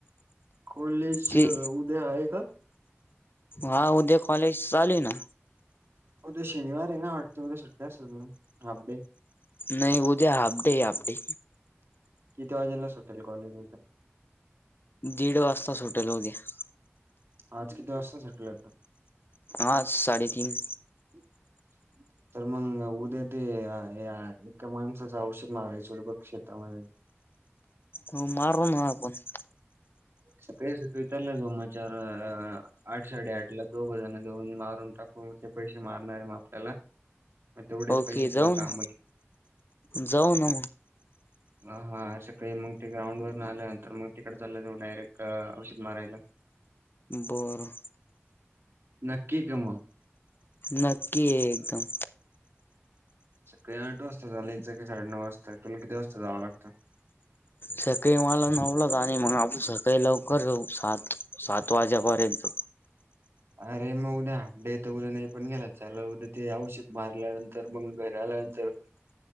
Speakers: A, on the right (about 65°); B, on the left (about 50°).
A: कॉलेज
B: ती
A: उद्यां आहे कां
B: हा उद्यां कॉलेज चालूं आहे नां
A: हो उद्या शनिवार आहे नां वाटतं उद्या सुट्टी असेल हांपडे
B: नाहीं उद्या हाफडे हाफडे
A: किती वाजेलाच सुटेलं कॉलेजं
B: दीड वाजतांच सुटलं उद्यां
A: आंज किती वास्तां सुटले
B: आज साडेतीनं
A: <unintelligible> तरं मंग उद्या ते एकां माणसांचं औषधं मागवांयचं होतं शेत्तामंध्ये
B: हो मारू नां आपणं <unintelligible>
A: सकाळीं सकाळींजलं जोमाचार आठ साडेआठ लां दोगजाऊनं मारूंन टाकूं कोरते पैसे मारणांर आहे मंग आपल्यांला मंग तेवढेचं
B: ओके
A: पैसे
B: जाऊ
A: तुलां
B: ना
A: कामांत येतिलं
B: जाऊ ना
A: हां हां आंशयां कांहीं मंग ते ग्राउंडवर नं आल्यांनंतर मंग तिकडे चालां जाऊं डायरेक्टं औषधं मारायंला
B: बरं
A: नक्की कां मंग
B: नक्की आहे एकदंम
A: सकाळीं आठ वाजतां झालंयचं की साडे नऊ वाजतां तुमलां किती वाजतां जावं लागतं
B: सकाळीं मलां नव्हूलां जाणं आहे ऑफिसला आणि आपणं सकाळीं लवकर जाऊं सात सात वाजेपर्यंत
A: अरे मंग उद्या हॉपडे आहे तरं नाही पणं गेला चालेलं उद्या ते औषध मारल्यांनंतर मंग घरी आल्यांनंतर